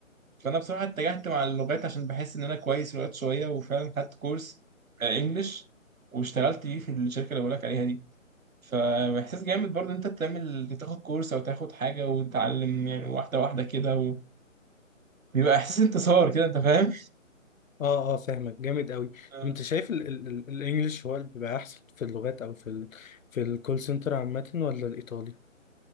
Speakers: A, on the right; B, on the left.
A: فانا بصراحه اتجهت مع اللغات عشان بحس ان انا كويس في اللغات شويه وفعلا خدت كورس آه، انجليش واشتغلت بيه في الشركه اللي بقولك عليها دي فاحساس جامد برضه إن انت تعمل تاخد كورس او تاخد حاجه وتتعلم يعني واحده واحده كده وبيبقى احساس انتصار كده انت فاهم
B: اه اه فاهمك جامد قوي
A: آه.
B: طب انت شايف ال... ال... ال... الانجليش هو اللي بيبقى احسن في اللغات او في ال... في الكول سنتر عامة ولا الايطالي